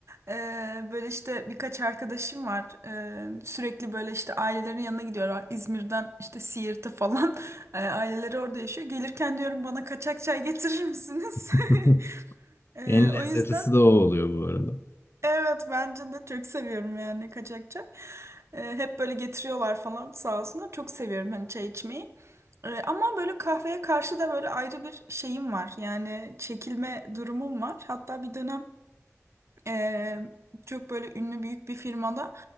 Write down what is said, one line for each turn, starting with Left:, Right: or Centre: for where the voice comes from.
Right: e, böyle işte birkaç arkadaşım var E, sürekli böyle işte ailelerin yanına gidiyorlar İzmir'den işte Siirt'e falan <laughs> E, aileleri orada yaşıyor. Gelirken diyorum bana kaçak çay getirir misiniz?
Left: <laughs>
Right: <laughs> Ee,
Left: En lezzetlisi
Right: o yüzden
Left: de o oluyor bu arada.
Right: evet bence de çok seviyorum yani kaçakçak. Ee, hep böyle getiriyorlar falan sağ olsunlar. Çok seviyorum hani çay içmeyi. Ee, ama böyle kahveye karşı da böyle ayrı bir şeyim var. Yani çekilme durumum var. Hatta bir dönem Eee, çok böyle ünlü büyük bir firmada